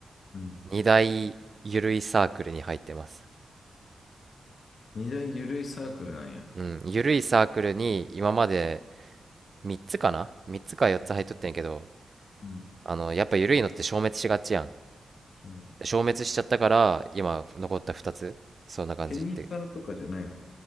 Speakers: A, on the left; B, on the right.
A: うん。
B: 2大ゆるいサークルに入ってます。
A: 二大ゆるいサークルなんや。
B: うん、ゆるいサークルに今まで3つかな ?3 つか4つ入っとってんやけど、
A: うん、
B: あの、やっぱゆるいのって消滅しがちやん。
A: うん。
B: 消滅しちゃったから、今残った2つそんな感じって。
A: テニスサーとかじゃないの。